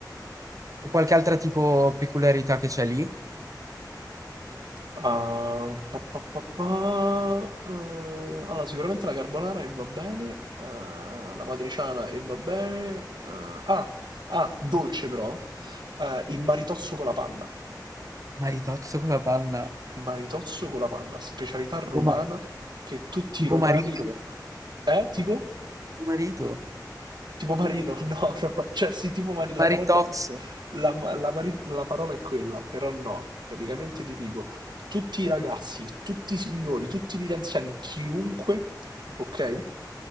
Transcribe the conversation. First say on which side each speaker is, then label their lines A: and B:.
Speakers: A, on the right; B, on the right.
A: e qualche altra tipo peculiarità che c'è lì.
B: Ah, pa, pa, pa, pa, eh, allora, sicuramente la carbonara e va bene, eh, la matriciana e va bene. eh, ah, ah, dolce però, eh, il maritozzo con la panna.
A: Maritozzo con la panna,
B: Maritozzo con la panna, specialità romana
A: tipo, ma-
B: che tutti
A: tipo
B: i romani...
A: marito, tipo
B: Eh, tipo?
A: marito,
B: Tipo marito, <laughs> no, no, no. cioè sì, tipo marito, la
A: maritozzo.
B: parola, la, la mari- la parola è quella, però no, praticamente ti dico, tutti i ragazzi, tutti i signori, tutti gli anziani, chiunque, ok?